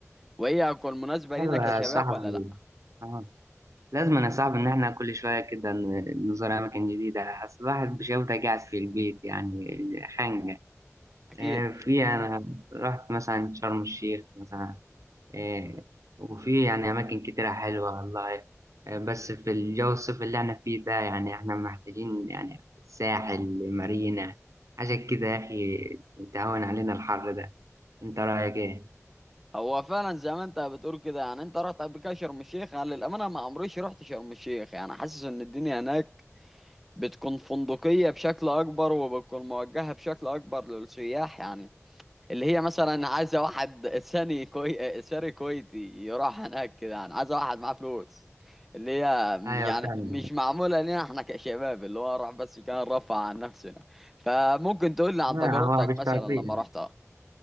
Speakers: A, in the centre; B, on the right (about 75°).
A: وهي هتكون مناسبة لينا
B: ايوه
A: كشباب
B: يا صاحبي
A: ولا لأ
B: اه لازم يا صاحبي ان احنا كل شويه كده ن- نزور اماكن جديده اصل الواحد بشوفته قاعد في البيت يعني خانقه
A: أكيد
B: آه، في انا رحت مثلا شرم الشيخ مثلا آه، وفي يعني اماكن كتيره حلوه والله آه، بس في الجو الصيف اللي احنا فيه ده يعني احنا محتاجين يعني ساحل مارينا حاجه كده يا اخي تهون علينا الحر ده انت رايك ايه
A: هو فعلا زي ما انت بتقول كده يعني انت رحت قبل كده شرم الشيخ يعني للامانه ما عمريش رحت شرم الشيخ يعني حاسس ان الدنيا هناك بتكون فندقيه بشكل اكبر وبتكون موجهه بشكل اكبر للسياح يعني اللي هي مثلا عايزه واحد ثاني كوي... ساري كويتي يروح هناك كده يعني عايزه واحد معاه فلوس اللي هي
B: ايوه
A: يعني
B: فعلا
A: مش معموله لنا احنا كشباب اللي هو راح بس كان رفع عن نفسنا فممكن تقول لي عن
B: ما
A: تجربتك
B: هو مش
A: مثلا
B: تعطيه
A: لما رحتها